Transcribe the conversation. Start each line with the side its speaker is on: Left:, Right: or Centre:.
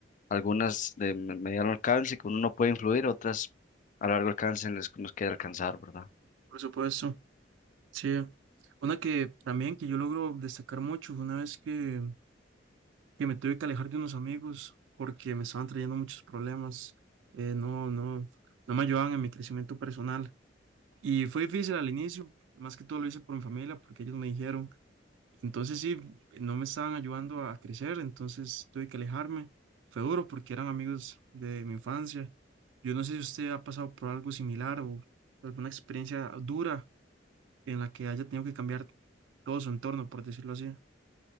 Left: Algunas de me- mediano alcance que uno no puede influir, otras a largo alcance en las que nos queda alcanzar, ¿verdad?
Right: por supuesto, sí. Una que también que yo logro destacar mucho fue una vez que, que me tuve que alejar de unos amigos porque me estaban trayendo muchos problemas, eh, no, no, no me ayudaban en mi crecimiento personal. Y fue difícil al inicio, más que todo lo hice por mi familia, porque ellos me dijeron. Entonces sí, no me estaban ayudando a crecer, entonces tuve que alejarme. Fue duro porque eran amigos de mi infancia. Yo no sé si usted ha pasado por algo similar o alguna experiencia dura en la que haya tenido que cambiar todo su entorno, por decirlo así.